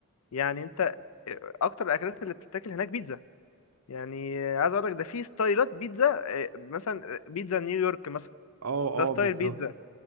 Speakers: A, on the left; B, on the right.
A: يعني انت آه، اكتر الاكلات اللي بتتاكل هناك بيتزا يعني عايز اقول لك ده في ستايلات بيتزا آه، مثلا آه، بيتزا نيويورك مثلا
B: اه
A: ده
B: اه
A: ستايل
B: بالظبط
A: بيتزا